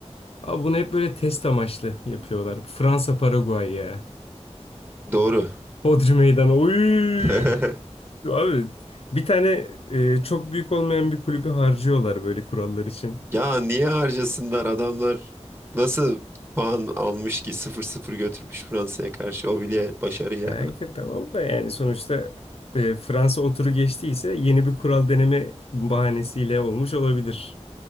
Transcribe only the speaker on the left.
Abi bunu hep böyle test amaçlı yapıyorlar. Fransa Paraguay ya.
Hodri Meydanı. Oy!
Abi bir tane e, çok büyük olmayan bir kulübü harcıyorlar böyle kurallar için.
Yani ki tamam da yani sonuçta e, Fransa oturu geçtiyse yeni bir kural deneme bahanesiyle olmuş olabilir.